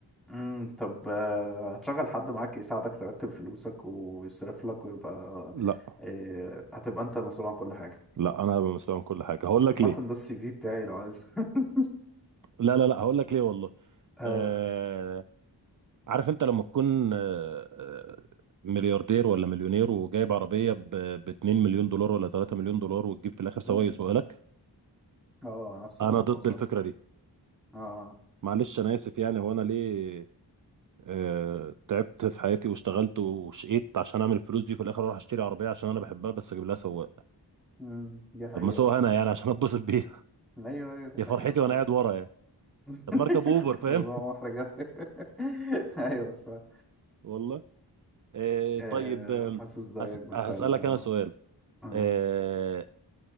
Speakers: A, in the centre; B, on the right.
A: امم طب آه، هتشغل حد معاك يساعدك ترتب فلوسك ويصرف لك ويبقى
B: لا
A: آه، هتبقى أنت المسؤول عن كل حاجة
B: لا انا هبقى مسؤول عن كل حاجه هقول لك
A: عامة
B: ليه
A: ده السي في بتاعي لو عايز <laughs>
B: لا لا لا هقول لك ليه والله
A: اه
B: آه... عارف انت لما تكون آه... آه، ملياردير ولا مليونير وجايب عربيه ب... ب 2 مليون دولار ولا 3 مليون دولار وتجيب في الاخر سواق
A: مم.
B: يسوقها لك
A: آه، نفس
B: انا
A: الموضوع
B: ضد
A: صح
B: الفكره دي
A: اه
B: معلش انا اسف يعني هو انا ليه آه، تعبت في حياتي واشتغلت وشقيت عشان اعمل الفلوس دي وفي الاخر اروح اشتري عربيه عشان انا بحبها بس اجيب لها سواق
A: مم، دي حقيقة
B: طب ما اسوقها
A: فاهم.
B: انا يعني عشان اتبسط بيها
A: أيوه
B: <laughs>
A: أيوه دي
B: يا
A: حقيقة
B: فرحتي وانا
A: فاهم.
B: قاعد ورا يعني
A: <laughs>
B: طب ما اركب اوبر فاهم
A: الموضوع محرج أوي. <laughs> ايوه فعلا
B: <laughs> والله آه،
A: آه،
B: طيب آم،
A: انا حاسس زيك
B: هس-
A: بالفعل
B: هسالك
A: يا مصر
B: انا سؤال
A: آه،
B: آه،